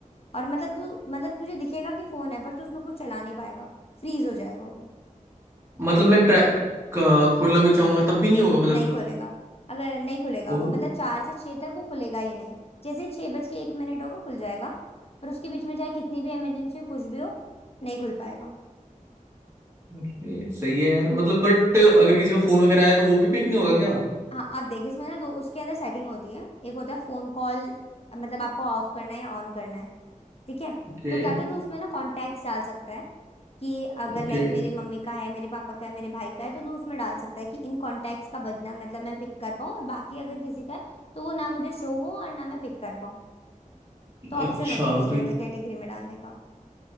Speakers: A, on the left (about 45°); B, on the right (about 20°).
A: और मतलब तू मतलब तुझे दिखेगा कि फोन है पर तू उसमें कुछ चला नहीं पाएगा फ्रीज हो जाएगा वो
B: मतलब मैं ट्रैक खोलना भी चाहूंगा तब भी नहीं होगा मतलब
A: नहीं खुलेगा अगर नहीं खुलेगा
B: ओ
A: वो मतलब चार से छह तक वो खुलेगा ही नहीं जैसे ही छह बज के एक मिनट होगा खुल जाएगा पर उसके बीच में चाहे कितनी भी इमरजेंसी हो कुछ भी हो नहीं खुल पाएगा
B: ओके सही है यार मतलब बट अगर किसी का फोन वगैरह आया तो वो भी पिक नहीं होगा क्या
A: हाँ आप देखिए इसमें ना दो उसके अंदर सेटिंग होती है एक होता है फोन कॉल मतलब आपको ऑफ करना है या ऑन करना है ठीक है
B: ओके
A: तो क्या तो तू उसमें ना कॉन्टैक्ट डाल सकता है कि अगर
B: ओके
A: लाइक मेरे मम्मी का है मेरे पापा का है मेरे भाई का है तो तू उसमें डाल सकता है कि इन कॉन्टैक्ट्स का बजना मतलब मैं पिक कर पाऊँ और बाकी अगर किसी का है तो वो ना मुझे शो हो और ना मैं पिक कर पाऊँ तो ऑप्शन
B: अच्छा
A: होता है उसमें
B: तो
A: मतलब कैटेगरी में डालने का